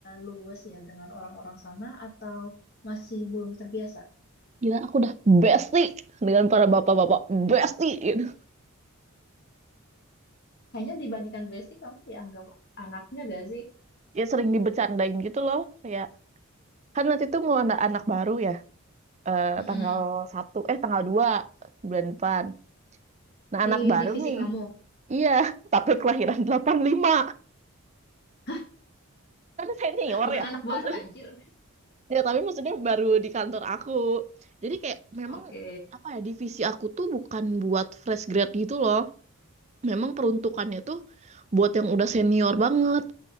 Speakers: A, on the left; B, on the right.
A: luwes ya dengan orang-orang sana atau masih belum terbiasa?
B: Gila aku udah bestie dengan para bapak-bapak bestie gitu.
A: Kayaknya dibandingkan Besti kamu dianggap anaknya gak
B: Ya sering dibercandain gitu loh kayak kan nanti tuh mau anak anak baru ya eh,
A: sih?
B: tanggal satu eh tanggal 2 bulan depan. Nah
A: di
B: anak baru
A: divisi
B: nih.
A: kamu.
B: Iya, tapi kelahiran 85.
A: Hah,
B: Kan senior
A: bukan
B: ya
A: anak baru
B: maksudnya.
A: anjir.
B: Ya tapi maksudnya baru di kantor aku. Jadi kayak memang
A: Oke.
B: apa ya divisi aku tuh bukan buat fresh grad gitu loh. Memang peruntukannya tuh buat yang udah senior banget